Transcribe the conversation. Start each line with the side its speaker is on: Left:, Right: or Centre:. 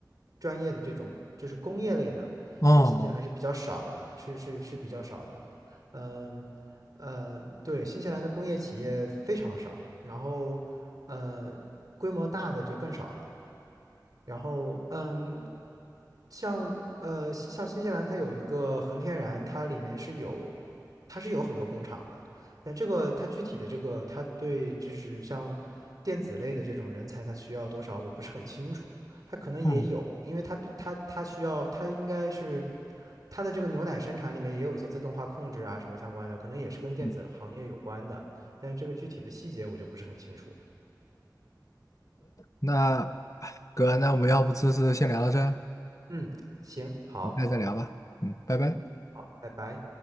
Right: 专业的这种，就是工业类的，
Left: 哦，
Right: 在新西兰是比较少的，是是是比较少的。嗯嗯，对，新西兰的工业企业非常少，然后呃，规模大的就更少了。然后，嗯，像呃，西像新西兰，它有一个恒天然，它里面是有，它是有很多工厂的。但这个它具体的这个，它对就是像电子类的这种人才，它需要多少，我不是很清楚。它可能也有，
Left: 嗯
Right: 因为它必它它需要，它应该是它的这个牛奶生产里面也有一些自动化控制啊什么相关的，可能也是跟电子行业有关的。
Left: 嗯，
Right: 但这个具体的细节我就不是很清楚。
Left: 那哎哥，那我们要不这次先聊到这儿？
Right: 嗯，行，好，
Left: 你再再聊吧。嗯，拜拜。
Right: 嗯，好，拜拜。